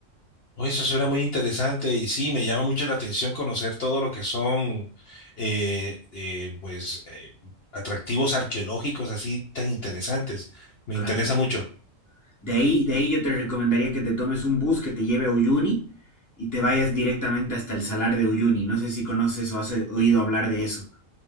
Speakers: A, on the left (about 60°); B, on the left (about 15°).
A: Oye, Eso suena muy interesante y sí, me llama mucho la atención conocer todo lo que son, eh, eh, pues, eh, atractivos arqueológicos así tan interesantes. Me
B: Claro.
A: interesa mucho.
B: De ahí, de ahí yo te recomendaría que te tomes un bus que te lleve a Uyuni y te vayas directamente hasta el Salar de Uyuni. No sé si conoces o has oído hablar de eso.